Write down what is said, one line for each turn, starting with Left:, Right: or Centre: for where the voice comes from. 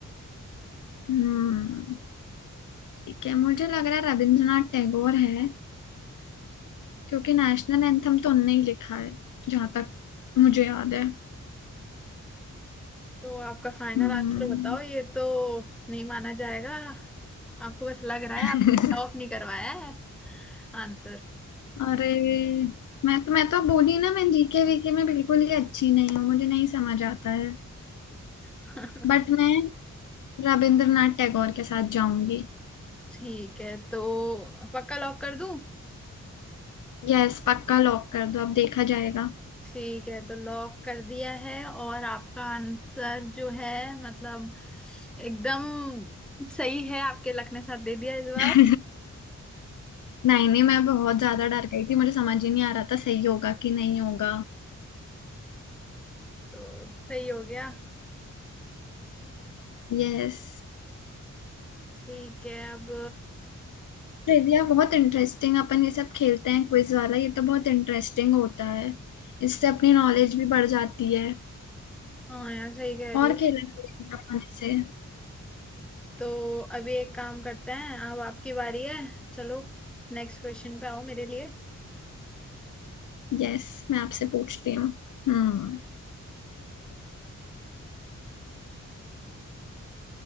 Left: हम्म ठीक है मुझे लग रहा है रविंद्रनाथ टैगोर है क्योंकि नेशनल एंथम तो उनने ही लिखा है जहां तक मुझे याद है
Centre: तो आपका फाइनल
Left: हम्म
Centre: आंसर बताओ ये तो नहीं माना जाएगा आपको बस लग रहा है
Left: <laughs>
Centre: आपने टॉप नहीं करवाया है आंसर
Left: अरे मैं तो मैं तो बोली ना मैं जीके वीके में बिल्कुल ही अच्छी नहीं हूँ मुझे नहीं समझ आता है
Centre: <laughs>
Left: बट मैं रविंद्रनाथ टैगोर के साथ जाऊंगी
Centre: ठीक है तो पक्का लॉक कर दूं
Left: यस पक्का लॉक कर दो अब देखा जाएगा
Centre: ठीक है तो लॉक कर दिया है और आपका आंसर जो है मतलब एकदम सही है आपके लक ने साथ दे दिया इस बार
Left: <laughs> नहीं नहीं मैं बहुत ज्यादा डर गई थी मुझे समझ ही नहीं आ रहा था सही होगा कि नहीं होगा
Centre: तो सही हो गया
Left: यस
Centre: ठीक है अब
Left: ट्रिविया बहुत इंटरेस्टिंग अपन ये सब खेलते हैं क्विज वाला ये तो बहुत इंटरेस्टिंग होता है इससे अपनी नॉलेज भी बढ़ जाती है
Centre: हाँ यार सही कह
Left: और
Centre: रही हो
Left: खेला करेंगे अपन इसे
Centre: तो अभी एक काम करते हैं अब आपकी बारी है चलो नेक्स्ट क्वेश्चन पे आओ मेरे लिए
Left: यस मैं आपसे पूछती हूँ हम्म